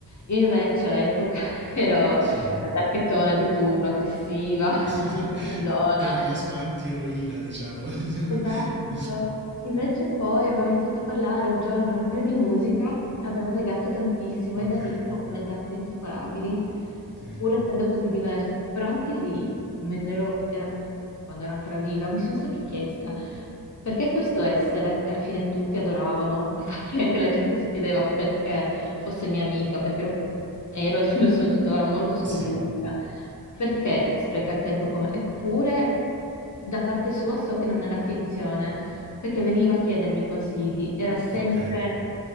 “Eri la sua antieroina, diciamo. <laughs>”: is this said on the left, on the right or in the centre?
Right